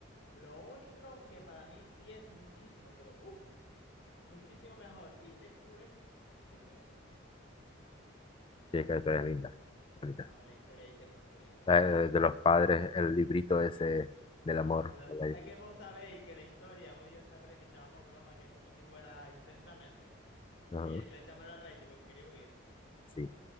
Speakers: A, on the left; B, on the left.
A: Lo único que para mí sí es muchísimo, pero uff, muchísimo mejor. Y Text to es la historia.
B: Sí, qué historia linda, bonita.
A: No, la historia y Text to es demasiado.
B: La de, de los padres, el librito ese
A: Sí,
B: del amor.
A: exacto.
B: ¿no? La-
A: Es que vos sabéis que la historia, vos y yo te acuerdas que echábamos broma, que es como si fuera intensamente.
B: Ajá,
A: Y, y la chama era Riley porque quería huir.
B: sí,